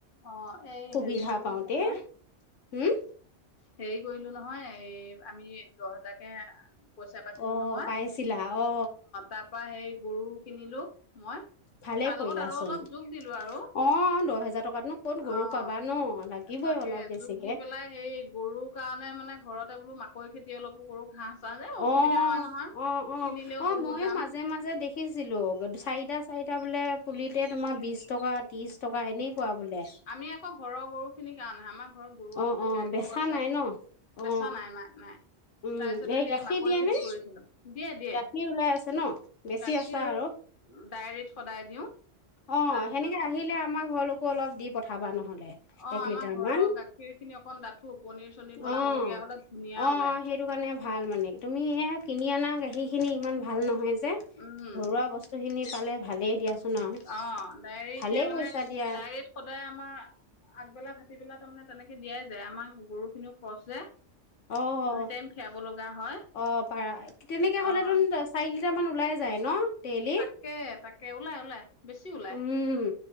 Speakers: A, on the left (about 45°); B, on the left (about 80°).
A: অ এই
B: <unintelligible> সুবিধা
A: হেৰি কৰিলো
B: পাওঁতেই
A: নহয়
B: হম্
A: হেৰি কইলো নহয় আমি দহ হাজাৰকে -- পইচা পাইছিলো
B: অ
A: নহয়,
B: পাইছিলা অ
A: তাৰপা সেই গৰু কিনিলো। মই,
B: ভালে
A: তাৰ
B: কৰিলাচোন
A: লগত আৰু অলপ যোগ দিলো আৰু --
B: অ <unintelligible> <inaudible>
A: অ'
B: পাবা ন লাগিবই
A: তাকে
B: অলপ বেছিকে
A: যোগ দি পেলাই হেৰি গৰু কাৰণে মানে ঘৰতে বোলো -- পই খেতি অলপো কৰো ঘাঁহ চাহ যে অসুবিধা
B: অ',
A: হয় নহয়
B: অ', অ',
A: কিনিলেও
B: অ',
A: বহুত
B: ময়ো
A: দাম
B: মাজে মাজে দেখিছিলো চাৰিটা চাৰিটা বোলে পুলিতে তোমাৰ বিচ্ টকা ত্ৰিশ টকা এনেকুৱা বোলে
A: আমি আকৌ ঘৰৰ গৰু খিনিকে <unintelligible> ঘৰত গৰু
B: অ
A: আছে যে
B: অ
A: গাই
B: বেচা
A: গৰু আছে
B: নাই ন
A: বেচা
B: অ
A: নাই নাই নাই
B: উম
A: তাৰ পিছতে
B: এই
A: সেই
B: গাখীৰ
A: মাকৈ
B: দিয়ে
A: খেতি
B: নে
A: কৰিছিলো দিয়ে দিয়ে।
B: গাখীৰ ওলাই আছে ন বেছি
A: গাখীৰ
B: আছা আৰু
A: ডেইৰীত সদায় দিওঁ।
B: অ',
A: তাৰপিছত
B: সেনেকে আহিলে আমাৰ ঘৰলো মোকো অলপ দি পঠাবা ন। নহ'লে,
A: অ',
B: এক
A: আমাৰ
B: লিটাৰমান।
A: ঘৰৰ গাখীৰ খিনি অকন ডাঠো পনিৰ চনিৰ বনাব
B: অ'।
A: লগীয়া
B: অ',
A: হ'লে ধুনীয়া
B: অ',
A: ওলাই
B: সেইটো কাৰণে ভাল মানে। তুমি এই কিনি আনা গাখ সেইখিনি ইমান ভাল নহয়, <unintelligible> <unintelligible>
A: উম,
B: ঘৰুৱা বস্তু খিনি পালে ভালেই দিয়াচোন আৰু।
A: অ', ডায়েৰী
B: ভালেই
A: এতিয়া মানে
B: কৈছা দিয়া
A: ডায়েৰীত সদায় আমাৰ আগবেলা থা ভাটিবেলা তাৰমানে তেনেকে দিয়াই যায়, আমাৰ গৰুখিনিও ক্ৰচ যে।
B: অ', অ'।
A: দুই টাইম খীৰাব লগা হয়
B: অ' পাৰা। তেনেকেহ'লে
A: অ',
B: তোন চাৰি <unintelligible> মান ওলাই যায় ন? ডেইলি
A: তাকে, তাক কেওলা ওলাই। বেছি ওলাই।
B: উম,